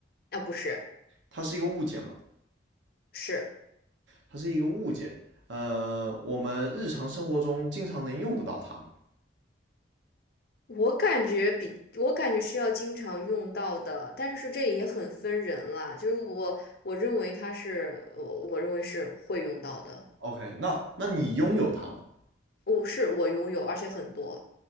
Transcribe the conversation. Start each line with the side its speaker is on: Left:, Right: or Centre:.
Left: 啊，不是，
Right: 它是一个物件嘛？
Left: 是。
Right: 它是一个物件。呃，我们日常生活中经常能用得到它吗
Left: 我感觉比我感觉是要经常用到的，但是这也很分人啦。就是我我认为它是我我认为是会用到的，
Right: ？OK，那那你拥有它吗？
Left: 我是我拥有，而且很多，